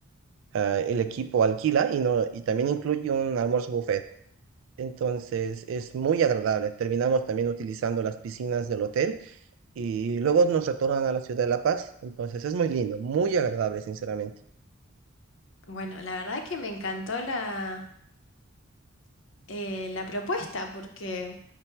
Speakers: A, on the right; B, on the left.
A: ah, el equipo alquila y, no, y también incluye un almuerzo buffet. Entonces es muy agradable. Terminamos también utilizando las piscinas del hotel y luego nos retornan a la ciudad de La Paz. Entonces es muy lindo, muy agradable, sinceramente.
B: Bueno, la verdad que me encantó la, eh, la propuesta porque